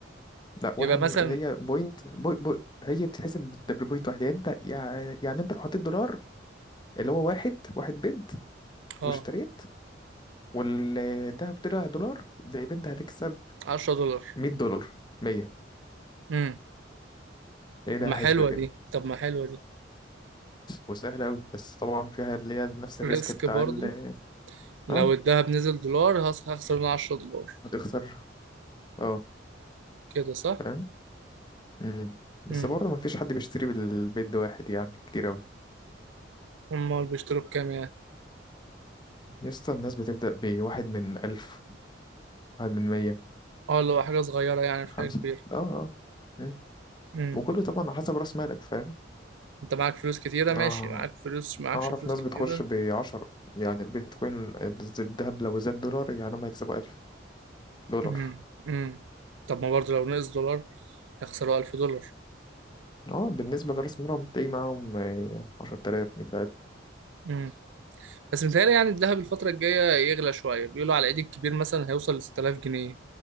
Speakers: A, on the left (about 25°); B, on the right (about 80°).
A: لا واحد
B: يبقى مثلا
A: من هي بوينت بوي... بوي... هي بتتحسب بالدبل بوينت واحد يعني انت يعني, يعني انت لو حطيت دولار اللي هو واحد واحد بيد واشتريت
B: اه
A: والذهب طلع دولار ده يبقى انت هتكسب
B: 10 دولار
A: 100 دولار 100
B: امم
A: تلاقي
B: طب
A: لها
B: ما
A: حسبة
B: حلوة
A: كده
B: دي طب ما حلوة دي
A: وسهلة أوي بس طبعا فيها اللي هي نفس الريسك
B: ريسك
A: بتاع
B: برضو
A: ال
B: لو
A: اه
B: الذهب نزل دولار هخسر 10 دولار
A: هتخسر اه
B: كده صح
A: فاهم مم. بس
B: امم
A: برضه مفيش حد بيشتري بالبيت ده واحد يعني كتير أوي
B: امال بيشتروا بكام يعني
A: يسطا الناس بتبدأ بواحد من ألف واحد من مية
B: اه اللي هو حاجة صغيرة يعني مش
A: خمسة
B: حاجة كبيرة
A: اه اه مم.
B: امم
A: وكله طبعا على حسب رأس مالك فاهم
B: انت معاك فلوس كتيرة ماشي
A: اه
B: معاك فلوس معاكش
A: أعرف
B: فلوس
A: ناس
B: كتيرة
A: بتخش بعشرة يعني البيتكوين الذهب لو زاد دولار يعني هم هيكسبوا ألف دولار
B: امم امم طب ما برضه لو نقص دولار يخسروا 1000 دولار
A: اه بالنسبة لرأس المال تلاقي معاهم آه، عشرة آلاف مية ألف
B: امم بس متهيألي يعني الذهب الفترة الجاية يغلى شوية بيقولوا على العيد الكبير مثلا هيوصل ل 6000 جنيه